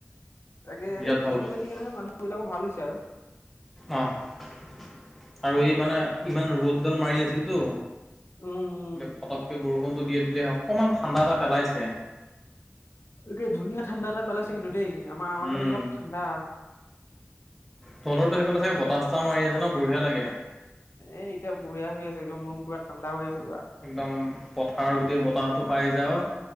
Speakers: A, on the left; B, in the centre.
A: তাকে
B: বিৰাট
A: এই
B: ভাল
A: খেতি
B: পাইছো
A: বাতি
B: মই
A: কাৰনে মানুহবিলাকৰ ভাল হৈছে আৰু।
B: অ' আৰু এই মানে ইমান ৰ'দডাল মাৰি আছিলতো
A: উম
B: ফটককে বৰষুণটো দিয়ে, তেতিয়া অকণমান ঠাণ্ডা এটা পেলাইছে।
A: তাকে ধুনীয়া ঠাণ্ডা এটা পেলাইছে কিন্তু দেই। আমাৰ আমাৰফালে
B: উম
A: অলপ ঠাণ্ডা।
B: তহঁতৰটো সেইখন আছে, বতাহ চতাহ মাৰি আছে ন' বঢ়িয়া লাগে।
A: এই এতিয়া বঢ়িয়া হৈ আছে। একদম ৰুম পুৰা ঠাণ্ডা হৈ আছে পুৰা।
B: একদম পথাৰৰ গোটেই বতাহতটো পাই যাওঁ।